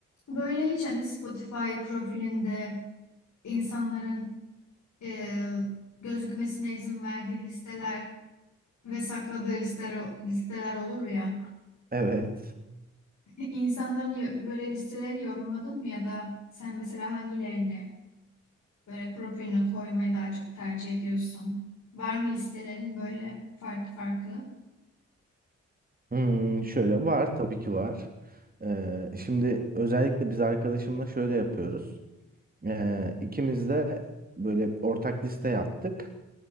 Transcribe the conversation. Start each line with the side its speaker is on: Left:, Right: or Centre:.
Left: Böyle hiç hani Spotify profilinde insanların e, gözükmesine izin verdiği listeler ve sakladığı listeler, listeler olur ya.
Right: Evet.
Left: <laughs> İnsanların yo- böyle listelerini yorumladın mı ya da sen mesela hangilerini böyle profiline koymayı daha çok tercih ediyorsun? Var mı listelerin böyle farklı farklı?
Right: Hmm, şöyle var tabii ki var. Ee, şimdi özellikle biz arkadaşımla şöyle yapıyoruz. Ee, ikimiz de böyle ortak liste yaptık.